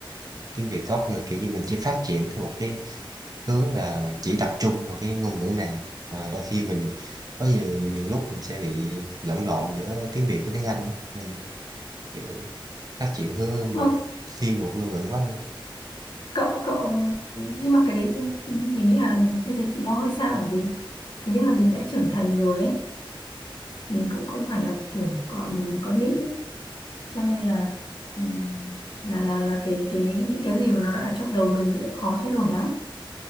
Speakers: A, on the right; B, on the left.
A: tiếng Việt gốc nữa kiểu như mình chỉ phát triển theo một cái hướng là chỉ tập trung vào cái ngôn ngữ này và đôi khi mình có nhiều nhiều lúc mình sẽ bị lẫn lộn giữa tiếng Việt với tiếng Anh nên kiểu phát triển hướng
B: nhưng
A: một
B: mà
A: thiên một ngôn ngữ quá
B: cậu cậu nhưng mà cái đấy dưng- mình nghĩ là như thế thì lo hơi xa bởi vì thứ nhất là mình đã trưởng thành rồi ấy mình cũng không phải là kiểu còn con nít ấy cho nên là ừ, là là là cái cái những cái gì mà nó đã ở trong đầu mình thì khó thay đổi lắm